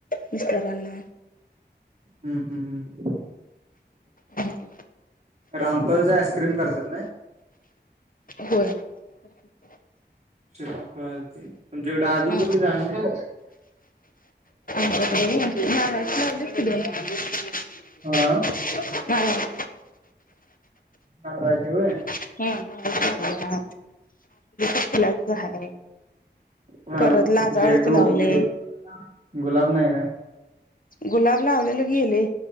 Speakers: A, on the left; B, on the right.
A: मिस्टरांना
B: हम्म हम् हम्म.
A: हम्.
B: रामपर ज आईस्क्रीम करतात ना.
A: होय <unintelligible>
B: शपापती तुमच्याकडे अजून
A: हा
B: कुठली झाड नाही.
A: <unintelligible>
B: हा हा राजीवे
A: ह आहे फुलाच आहे.
B: हा
A: परत लाजाळूच
B: झेंडू बोलते.
A: लावले.
B: गुलाब नाही काय?
A: गुलाब लावलेलं गेले